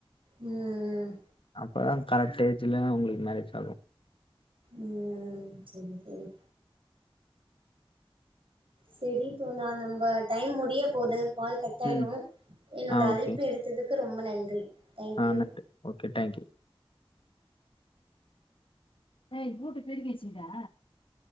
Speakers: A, on the right (about 65°); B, on the left (about 65°).
A: ம்
B: அப்பதா கரெக்ட் ஏஜ்ல உங்குளுக்கு மேரேஜ் ஆகு
A: உம் செரி செரி செரி தோழா நம்ப டைம் முடிய போது கால் கட் ஆயிடு
B: ம்
A: என்னோட
B: ஆ
A: அழைப்ப
B: ஓகே
A: எடுத்ததுக்கு ரொம்ப நன்றி தேங்க்யூ
B: ஆ நன்றி ஓகே டேங்க்யூ ஏய் ஊட்ட பெருக்கி வெச்சிகிதா